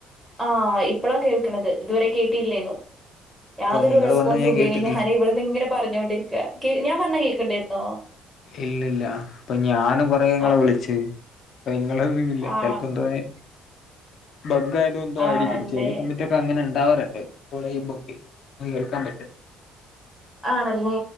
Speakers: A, in the centre; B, on the left.
A: ആ ഇപ്പളാ കേൾക്കണത് ഇതുവരെ കേട്ടിയില്ലേന്നു
B: അപ്പൊ
A: യാതൊരു
B: നിങ്ങള്
A: റെസ്പോൺസു
B: പറഞ്ഞത് ഞാൻ
A: ഇല്ലേനു.
B: കേട്ടിട്ടില്ല
A: ഞാന് ഇവടുന്ന് ഇങ്ങനെ പറഞ്ഞോണ്ടിരിക്ക. ഞാൻ പറഞ്ഞ കേക്കണ്ടായിരുന്നോ?
B: ഇല്ല ഇല്ല ഇപ്പ ഞാനും കൊറേങ്ങളെ
A: ആ
B: വിളിച്ച് അപ്പ ഇങ്ങളൊന്നും ഇല്ല
A: ആ,
B: ചിലപ്പോ എന്തോന് ബഗ്ഗായതോണ്ടായിരിക്കും
A: ആണല്ലേ
B: ചെല സമയത്തൊക്കെ അങ്ങനാണ്. ണ്ടാവറുണ്ട് കോളെയുംമ്പളോക്കെ. ഒന്നും കേൾക്കാൻ പറ്റ
A: ആണല്ലേ?